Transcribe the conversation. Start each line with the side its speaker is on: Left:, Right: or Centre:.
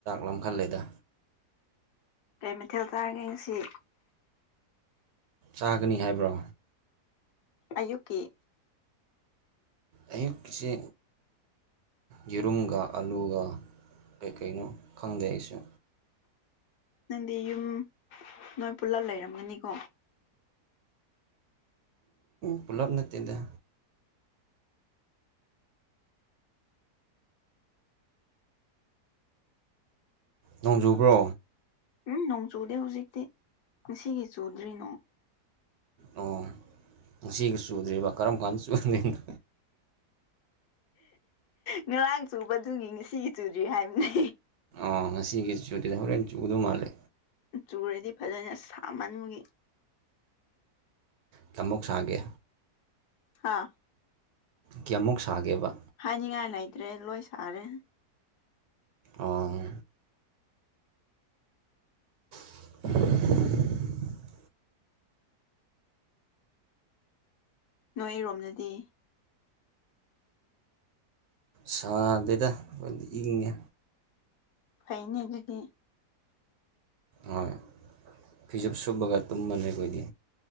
Right: ꯃꯥꯡꯍꯜꯂꯦꯗ
Left: ꯀꯩ ꯃꯊꯦꯜ ꯆꯥꯔꯒꯦ ꯉꯥꯁꯤ
Right: ꯆꯥꯒꯅꯤ ꯍꯥꯏꯕ꯭ꯔꯣ
Left: ꯑꯌꯨꯛꯀꯤ
Right: ꯑꯌꯨꯛꯀꯤꯁꯦ ꯌꯦꯔꯨꯝꯒꯥ ꯑꯥꯂꯨꯒ ꯀꯩ ꯀꯩꯅꯣ ꯈꯪꯗꯦ ꯑꯩꯁꯨ
Left: ꯅꯪꯗꯤ ꯌꯨꯝ ꯅꯣꯏ ꯄꯨꯜꯂꯞ ꯂꯩꯔꯝꯒꯅꯤꯀꯣ
Right: ꯄꯨꯜꯂꯞ ꯅꯠꯇꯦꯗ ꯅꯣꯡ ꯆꯨꯕ꯭ꯔꯣ
Left: ꯎꯝ ꯅꯣꯡ ꯆꯨꯗꯦ ꯍꯧꯖꯤꯛꯇꯤ ꯉꯁꯤꯒꯤ ꯆꯨꯗ꯭ꯔꯤ ꯅꯣꯡ
Right: ꯑꯣ ꯉꯁꯤꯒꯤ ꯆꯨꯗ꯭ꯔꯤꯕ ꯀꯔꯝ ꯀꯥꯟꯗ ꯆꯨꯗꯣꯏꯅꯣ
Left: ꯉꯔꯥꯡ ꯆꯨꯕꯗꯨꯒꯤ ꯉꯁꯤꯒꯤ ꯆꯨꯗ꯭ꯔꯤ ꯍꯥꯏꯕꯅꯦ
Right: ꯑꯣ ꯉꯁꯤꯒꯤ ꯆꯨꯗ꯭ꯔꯥꯗꯤ ꯍꯣꯔꯦꯟ ꯆꯨꯗꯧ ꯃꯥꯜꯂꯦ
Left: ꯆꯨꯔꯗꯤ ꯐꯖꯅ ꯁꯥꯃꯟꯕꯒꯤ
Right: ꯀꯌꯥꯃꯨꯛ ꯁꯥꯒꯦ
Left: ꯍꯥꯥ
Right: ꯀꯌꯥꯃꯨꯛ ꯁꯥꯒꯦꯕ
Left: ꯍꯥꯏꯅꯤꯡꯉꯥꯏ ꯂꯩꯇ꯭ꯔꯦ ꯂꯣꯏ ꯁꯥꯔꯦ
Right: ꯑꯣ <unintelligible>
Left: ꯅꯣꯏꯔꯣꯝꯗꯗꯤ
Right: ꯁꯥꯗꯦꯗ ꯑꯩꯈꯣꯏꯗꯤ ꯏꯪꯉꯦ
Left: ꯐꯩꯅꯦ ꯑꯗꯨꯗꯤ
Right: ꯍꯣꯏ ꯐꯩꯖꯨꯞ ꯁꯨꯞꯄꯒ ꯇꯨꯝꯕꯅꯦ ꯑꯩꯈꯣꯏꯗꯤ